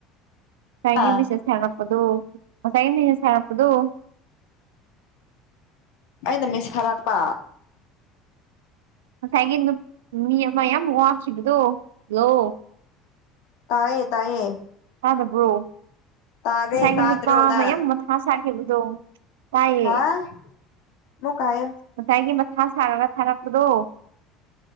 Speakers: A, on the right; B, on the left.
A: ꯉꯁꯥꯏꯒꯤ
B: ꯍꯥ
A: ꯃꯦꯁꯦꯁ ꯊꯔꯛꯄꯗꯨ ꯉꯁꯥꯏꯒꯤ ꯃꯦꯁꯦꯁ ꯊꯔꯛꯄꯗꯨ
B: ꯑꯩꯅ ꯃꯤꯁ ꯍꯥꯏꯔꯛꯄ
A: ꯉꯁꯥꯏꯒꯤ ꯅꯨꯞ ꯃꯤ ꯑꯃ ꯌꯥꯝ ꯋꯥꯞꯈꯤꯕꯗꯣ ꯂꯣ
B: ꯇꯥꯏꯌꯦ ꯇꯥꯏꯌꯦ
A: ꯇꯥꯗꯕ꯭ꯔꯣ
B: ꯇꯥꯔꯦ
A: ꯉꯁꯥꯏꯒꯤ
B: ꯇꯥꯗ꯭ꯔꯣ
A: ꯅꯨꯄꯥꯃ
B: ꯅꯪ
A: ꯌꯥꯝ ꯃꯊꯥ ꯁꯥꯈꯤꯕꯗꯣ ꯇꯥꯏꯌꯦ
B: <unintelligible>
A: ꯉꯁꯥꯏꯒꯤ ꯃꯊꯥ ꯁꯥꯔꯒ ꯊꯥꯔꯛꯄꯗꯣ